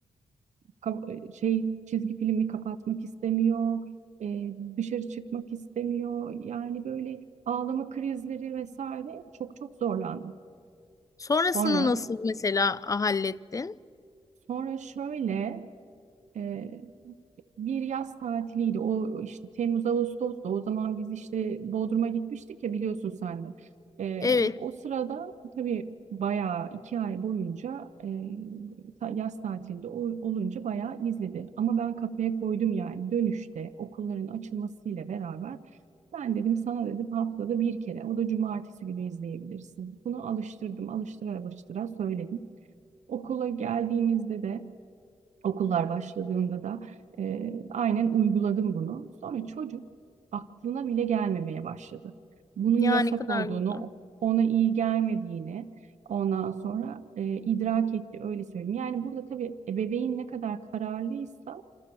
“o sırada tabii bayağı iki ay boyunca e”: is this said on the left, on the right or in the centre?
Right